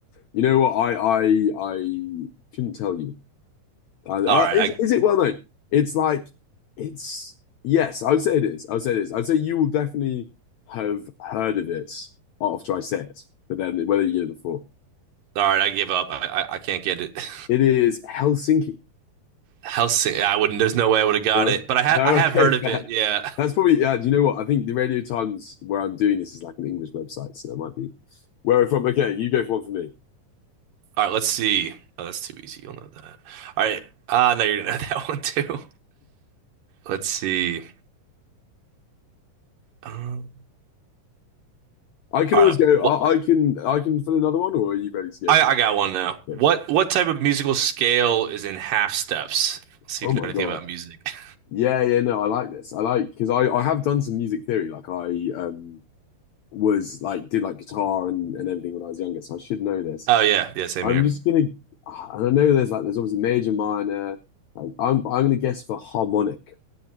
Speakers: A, on the left; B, on the right.
A: You know what? I I I couldn't tell you. I, uh,
B: All right,
A: is
B: I
A: is it well known? It's like it's yes. I would say it is. I would say it is. I'd say you will definitely have heard of it after I say it, but then whether you did it before,
B: all right, I give up. I I, I can't get it. <laughs>
A: it is Helsinki.
B: Helsinki. I wouldn't. There's no way I would have got
A: No,
B: it, but I ha
A: no, <laughs>
B: I have
A: okay,
B: heard
A: fair.
B: of it. Yeah.
A: That's probably yeah. Do you know what? I think the Radio Times where I'm doing this is like an English website, so that might be where I'm from. Okay, you go for one for me.
B: All right, let's see. Oh, that's too easy. You'll know that. All right. Uh, now you're gonna know <laughs> that one too. Let's see. Um,
A: I can
B: all
A: always
B: right.
A: go.
B: What
A: I, I can I can fill another one, or are you ready to go
B: I,
A: for?
B: I
A: one?
B: got one now. What
A: Yeah.
B: what type of musical scale is in half steps? Let's see
A: Oh
B: if you
A: my
B: know anything
A: God.
B: about music.
A: Yeah, yeah. No, I like this. I like because I I have done some music theory. Like I um was like did like guitar and and everything when I was younger, so I should know this.
B: Oh yeah, yeah, same
A: I'm
B: here.
A: just
B: <laughs>
A: gonna and I know there's like there's obviously major, minor. Like I'm I'm gonna guess for harmonic.